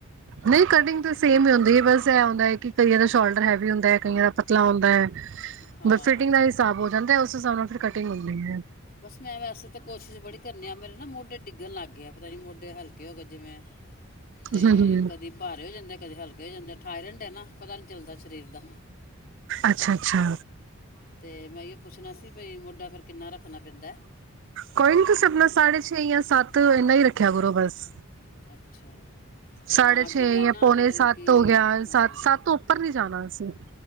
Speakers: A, on the right (about 55°); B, on the left (about 40°).
A: ਨਹੀਂ ਕਟਿੰਗ ਤਾਂ ਸੇਮ ਹੀ ਹੁੰਦੀ ਹੈ ਬਸ ਐ ਹੈ ਕਿ ਕਈਆਂ ਦਾ ਸ਼ੋਲਡਰ ਹੈਵੀ ਹੁੰਦਾ ਹੈ ਕਈਆਂ ਦਾ ਪਤਲਾ ਹੁੰਦਾ ਹੈ
B: ਹਾਂ,
A: ਬ ਫਿਟਿੰਗ ਦਾ ਹਿਸਾਬ ਹੋ ਜਾਂਦਾ ਹੈ, ਉਸ ਹਿਸਾਬ ਨਾਲ ਫਿਰ ਕਟਿੰਗ ਹੁੰਦੀ ਹੈ
B: ਬਸ ਮੈਂ ਵੈਸੇ ਤਾਂ ਕੋਸ਼ਿਸ਼ ਬੜੀ ਕਰਨ ਆ ਮੇਰੇ ਨਾ ਮੋਢੇ ਡਿੱਗਣ ਲੱਗ ਗਿਆ। ਪਤਾ ਨੀ ਮੋਢੇ ਹਲਕੇ ਹੋ ਗਏ ਜਿਵੇਂ ਤੇ
A: ਹਮ ਹਮ
B: ਕਦੀ ਭਾਰੇ ਹੋ ਜਾਂਦੇ ਕਦੇ ਹਲਕੇ ਹੋ ਜਾਂਦੇ ਆ ਠਾਇਰੈਂਡ ਨਾ ਪਤਾ ਨੀ ਚੱਲਦਾ ਸਰੀਰ ਦਾ
A: ਅੱਛਾ ਅੱਛਾ,
B: ਅਤੇ ਮੈਂ ਇਹੀਓ ਪੁੱਛਣਾ ਸੀ ਭਈ ਮੁੱਡਾ ਫਿਰ ਕਿੰਨਾ ਰੱਖਣਾ ਪੈਂਦਾ
A: ਕੋਈ ਨੀ ਤੁਸੀਂ ਆਪਣਾ ਸਾਢੇ ਛੇ ਜਾਂ ਸੱਤ ਇੰਨਾ ਹੀ ਰੱਖਿਆ ਕਰੋ ਬਸ
B: ਅੱਛਾ
A: ਸਾਢੇ
B: ਹਾਂ
A: ਛੇ
B: ਅੱਗੇ ਮੈਂ
A: ਜਾਂ
B: ਨਾ
A: ਪੌਣੇ
B: ਮਤਲਬ
A: ਸੱਤ
B: ਕਿ
A: ਹੋ ਗਿਆ
B: ਹਾਂ
A: ਸੱਤ ਸੱਤ ਤੋਂ ਉੱਪਰ ਨੀ ਜਾਣਾ ਅਸੀਂ